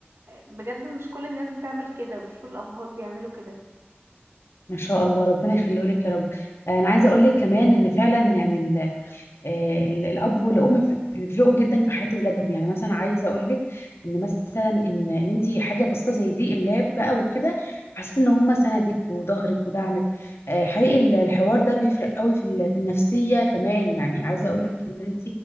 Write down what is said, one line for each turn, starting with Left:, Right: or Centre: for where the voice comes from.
Right: بجد مش كل الناس بتعمل كده ومش كل الابهات بيعملوا كده
Left: ما شاء الله ربنا يخليه لك يا رب انا عايزه اقول لك كمان ان فعلا يعني آه، ال- الاب والام ف- بيفرقوا جدا في حياه اولادهم يعني مثلا عايزه اقول لك ان مثلا ان ان انت حاجه بسيطه زي دي اللاب بقى وكده حسيت ان هم سندك وظهرك ودعمك آه، حقيقي ال- الحوار ده بيفرق قوي في ال- في النفسيه كمان يعني عايزه اقول لك ان انت